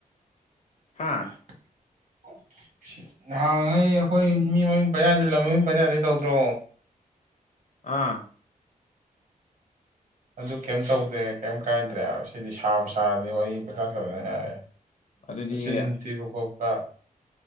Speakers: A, on the left; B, on the right.
A: ꯍꯥꯥ
B: <unintelligible> ꯅꯍꯥꯡꯉꯩ ꯑꯩꯈꯣꯏ ꯃꯤ ꯃꯃꯤꯡ ꯄꯥꯜ ꯌꯥꯗꯦ ꯂꯝ ꯃꯃꯤꯡ ꯄꯟ ꯌꯥꯗꯦ ꯇꯧꯗ꯭ꯔꯣ
A: ꯑꯥ
B: ꯑꯗꯨ ꯀꯩꯝ ꯇꯧꯗꯦ ꯀꯩꯝ ꯀꯥꯏꯗ꯭ꯔꯦ ꯁꯤꯗꯤ ꯁꯥꯕ ꯁꯥꯔꯗꯤ ꯋꯥꯔꯤ ꯄꯪꯁꯥ ꯁꯥꯖꯟ ꯌꯥꯔꯦ
A: ꯑꯗꯨꯗꯤ
B: ꯆꯤꯟ ꯊꯤꯕ ꯈꯣꯠꯄ